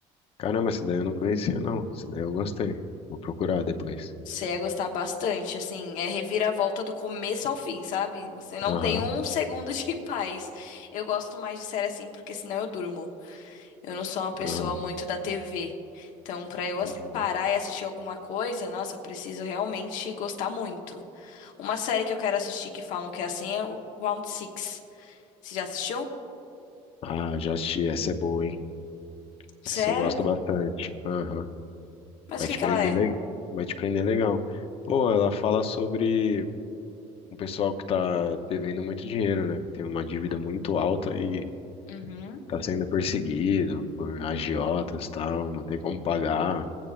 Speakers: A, on the left; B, on the left.
A: Caramba, essa daí eu não conhecia, não. Essa daí eu gostei. Vou procurar depois.
B: Você ia gostar bastante, assim, é reviravolta do começo ao fim, sabe? Você não
A: Aham,
B: tem um segundo de <laughs> paz. Eu gosto mais de série assim, porque senão eu durmo. Eu não sou uma pessoa
A: aham.
B: muito da TV. Então, pra eu as-
A: Uhum.
B: parar e assistir alguma coisa, nossa, eu preciso realmente gostar muito. Uma série que eu quero assistir que falam que é assim é o Round Six. Você já assistiu?
A: Ah, já assisti. Essa é boa, hein?
B: Sério?
A: Essa eu gosto bastante. Aham.
B: Mas
A: Vai
B: o que
A: te
B: que
A: prender,
B: ela é?
A: le... Vai te prender legal. Pô, ela fala sobre um pessoal que tá devendo muito dinheiro, né? Tem uma dívida muito alta e
B: Uhum,
A: tá sendo perseguido por agiotas e tal, não tem como pagar,